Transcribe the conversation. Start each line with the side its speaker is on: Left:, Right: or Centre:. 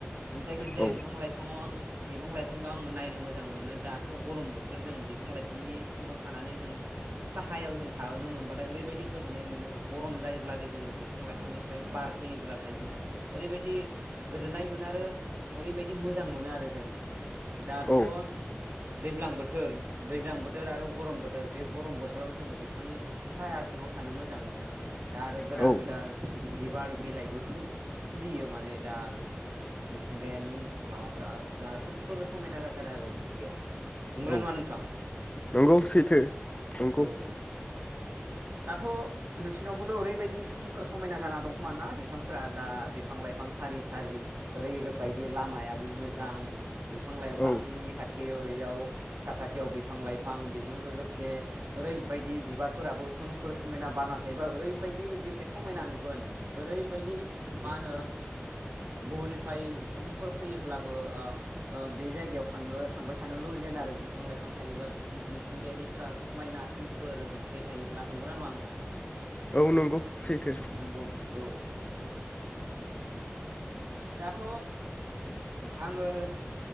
Right: जायखिजाया
Left: औ
Right: बिफां लाइफाङाव आं बिफां लाइफांखौ आङो नायनो मोजां मोनो दाथ गरम बोथोर जों बिफां लाइफांनि सिङाव थानानै जों साहायाव जों थाबोनो मोनबाथाय ओरैबायदि गोजोननाय मोनो गरम जायोब्लाथाय जोङो बिफां लाइफांनिफ्राय बार फैयोब्लाथाय जोङो ओरैबायदि गोजोननाय मोनो आरो ओरैबायदि मोजां मोनो आरो जोङो। दाथ'
Left: औ
Right: दैज्लां बोथोर दैज्लां बोथोर आरो गरम बोथोर बे गरम बोथोराव जोङो बिफां साहाया सिङाव थानो मोजां मोनो दा आरो गोदान
Left: औ
Right: गोदान बिबार बिलाइबो खिलियो माने दा मिथिंगायानि माबाफोरा दा सोमखोरो समायना जाथारो आरो मिथिंगाया नंगौना
Left: औ
Right: नङा नोंथां?
Left: नंगौ सैथो नंगौ।
Right: औ दाथ' नोंसिनावबोथ' ओरैबायदि सोमखोर समायना जाना दं। समान ना बिफांफोरा दा बिफां लाइफां सारि सारि ओरैबायदि लामायाबो मोजां बिफां लाइफांनि
Left: औ
Right: खाथियाव साखाथियाव बिफां लाइफां बेजों लोगोसे ओरैबायदि बिबारफोराबो सोमखोर समायना बारना थायोबा ओरैबायदि बेसे समायना नुगोन ओरैबायदि मा होनो गुबुननिफ्राय सुबुंफोर फैयोब्लाबो बे जायगायाव थांनो थांबाय थानो लुुबैगोन आरो बिफां लाइफां थायोब्ला बिथिं मिथिंगायारिफोरा समायनासिमखोर नुथाय थायोब्ला नंगौना नङा नोंथां?
Left: औ नंगौ सैथो।
Right: नंगौ औ। दाथ' आङो